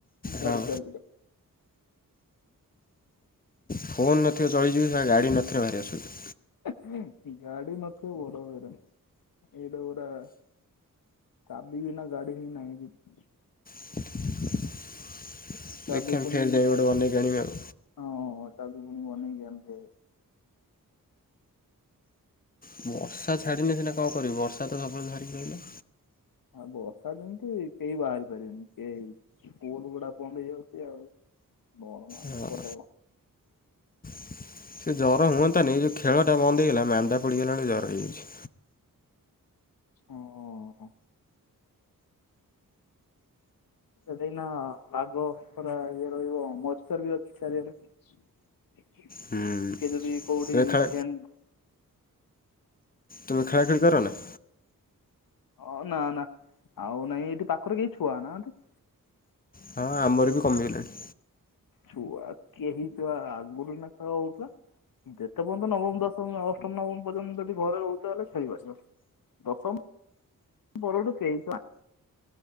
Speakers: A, on the left; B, on the left.
A: ଗାଡି
B: ହଁ
A: ଚା
B: ଫୋନ୍ ନଥରେ ଚଳିଯିବ ଗାଡ଼ି ନଥରେ ବାହାରି ଆସୁଛିି।
A: ଗାଡ଼ି ନ ଥିବ ବଡ଼ ହଇରାଣ ଏଇ ଦଗୁଡ଼ା ଚାବି ବିନା ଗାଡି ହିଁ ନାହିଁ କିଛି।
B: <inaudible>
A: ଚାବି
B: ଦେଖେ
A: ପୁଣି
B: ଫେର୍ ଯାଇ ଗୋଟେ ବନେଇକି ଆଣିବି ଆଉ
A: ହଁ ଚାବି ପୁଣି ବନେଇକି ଏମତି।
B: ବର୍ଷା ଛାଡିନେ ସିନା କଣ କରିବି ବର୍ଷା ତ ସବୁବେଳେ ଧରିକି ରହିଲା।
A: ହଁ ବର୍ଷା ଯେମିତି କେହି ବାହାରି ପାରିବେନି, କେହି ସ୍କୁଲ ଗୁଡା ବନ୍ଦ ହେଇଯାଉଛି ଆଉ। କଣ ମାଙ୍କଡ
B: ହଁ। ସେ ଜ୍ୱର ହୁଅନ୍ତାନି ଯେଉଁ ଖେଳଟା ବନ୍ଦ ହେଇଗଲା ମାନ୍ଦା ପଡ଼ିଗଲାଣି ଜ୍ୱର ହେଇଯାଉଛି।
A: ଓହ ହ। ସେ ଦେଖନା ଆଗ ପରା ଇଏ ରହିବ ମଏଶ୍ଚର ବି ଅଛି ଚାରିଆଡେ। ଟିକେ
B: ହୁଁ।
A: ଯେଦି କୋଉଠି
B: ତୁମେ ଖେଳା
A: ଫ୍ୟାନ୍
B: ତୁମେ ଖେଳାଖେଳି କରନା?
A: ଅ ନା ନା ଆଉ ନାଇଁ ଏଇଠି ପାଖରେ କେହି ଛୁଆ ନାହାନ୍ତି।
B: ହଁ ଆମର ବି କମିଗଲେଣି।
A: ଛୁଆ କେହି ତ ଆଗରୁ ନା ଖେଳ ହଉଥିଲା। ଯେତେ ପର୍ଯ୍ୟନ୍ତ ନବମ ଦଶମ ଅଷ୍ଟମ ନବମ ପର୍ଯ୍ୟନ୍ତ ଯଦି ଘରେ ରହୁଛ ହେଲେ ଖେଳିପାରିବ। ଦଶମ ପରଠୁ କେହି ତ ଆଁ।